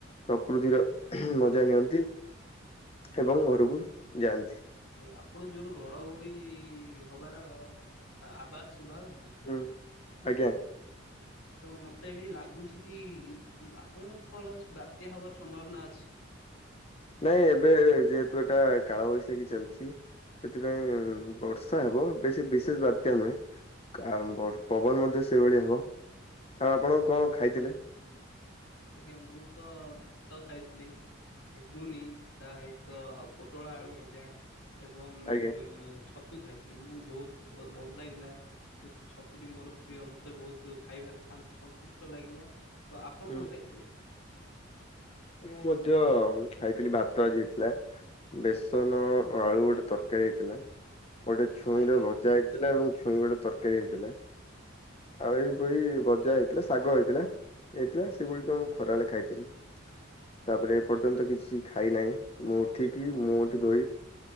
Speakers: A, on the left (about 30°); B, on the left (about 80°).
A: ପ୍ରକୃତିର ମଜା ନିଅନ୍ତି ଏବଂ ଘରକୁ ଯାଆନ୍ତି।
B: ଆଜ୍ଞା ଆପଣ ଯୋରେ ଘଡ଼ଘଡ଼ି ହବାର ଆବାଜ ଶୁଭା ହଉଚି?
A: ହୁଁ ଆଜ୍ଞା।
B: ତ ମତେବି ଲାଗୁଚିକି ଆପଣଙ୍କୁ କଣ ଲାଗୁଚି ବାତ୍ୟା ହବାର ସମ୍ଭାବନା ଅଛି।
A: ନାଇଁ ଏବେ ଯେହେତୁ ଏଟା କାଳବୈଶାଖୀ ଚାଲିଛି। ସେଥିପାଇଁ ବର୍ଷା ହେବ ବେଶୀ ବିଶେଷ ବାତ୍ୟା ନୁହେଁ। ତ ଆ ବ ପବନ ମଧ୍ୟ ସେଇଭଳି ହବ ତ ଆପଣ କଣ ଖାଇଥିଲେ?
B: ଆଜ୍ଞା ମୁଁ ତ ଭାତ ଖାଇଥିଲି ଘୁଗୁନି ତା ହ ତ ପୋଟଳ ଆଳୁ ଭଜା ଏବଂ
A: ଆଜ୍ଞା
B: ଛତ ତୁ ଖାଇଥିଲି ମୁଁ ବହୁତ ଭ ଭଲ ଲାଗିଥିଲା। ଛତୁଟି ମୋର ପ୍ରିୟ ମୋତେ ବହୁତ ଖାଇବାରେ ସା ସନ୍ତୁଷ୍ଟ ଲାଗିଲା। ତ ଆପଣ
A: ହୁଁ
B: କଣ ଖାଇଥିଲେ।
A: ମୁଁ ମଧ୍ୟ ଖାଇଥିଲି ଭାତ ଆଜି ହେଇଥିଲା। ବେସନ, ଆଳୁ, ଗୋଟେ ତରକାରୀ ହେଇଥିଲା। ଗୋଟେ ଛୁଇଁ
B: ଆଜ୍ଞା
A: ର ଭଜା ହେଇଥିଲା ଏବଂ ଛୁଇଁ ଗୋଟେ ତରକାରୀ ହେଇଥିଲା। ଆଉ ଏପରି ଭଜା ହେଇଥିଲା ଶାଗ ହେଇଥିଲା ହେଇଥିଲା ସେଗୁଡିକ ମୁଁ ଖରାବେଳେ ଖାଇଥିଲି। ତାପରେ ଏପର୍ଯ୍ୟନ୍ତ କିଛି ଖାଇନାହିଁ ମୁଁ ଉଠିକି ମୁଁ ଏଠି ଧୋଇ